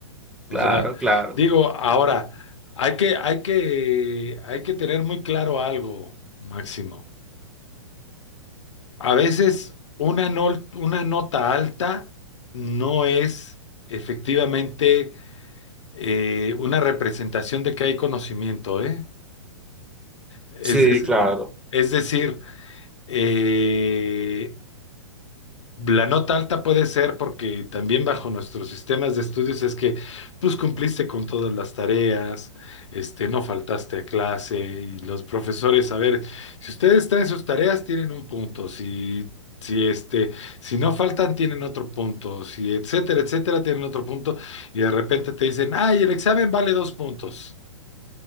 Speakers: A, on the left (about 65°); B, in the centre.
A: O
B: Claro,
A: sea,
B: claro.
A: digo, ahora, hay que, hay que, hay que tener muy claro algo, Máximo. A veces una, no- una nota alta no es efectivamente eh, una representación de que hay conocimiento, ¿eh? Es,
B: Sí,
A: de-
B: claro.
A: es decir, eh, La nota alta puede ser porque también bajo nuestros sistemas de estudios es que pues cumpliste con todas las tareas, este, no faltaste a clase y los profesores, a ver, si ustedes traen sus tareas tienen un punto, si si este, si no faltan tienen otro punto, si etcétera, etcétera tienen otro punto y de repente te dicen, "Ay, el examen vale dos puntos."